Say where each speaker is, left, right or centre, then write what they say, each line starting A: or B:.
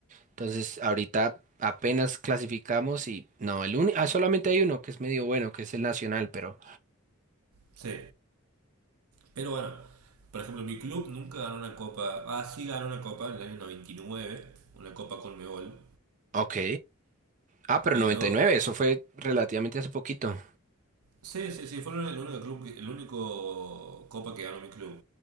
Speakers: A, on the right; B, on the right.
A: Entonces, ahorita apenas clasificamos y no, el único, ah, solamente hay uno que es medio bueno, que es el Nacional, pero
B: Sí, Pero bueno, por ejemplo, mi club nunca ganó una copa. Ah, sí ganó una copa en el año 99, una copa Conmebol.
A: ok. Ah, pero
B: Pero
A: 99, eso fue relativamente hace poquito.
B: sí, sí, sí, fue el único club, que- el único copa que ganó mi club.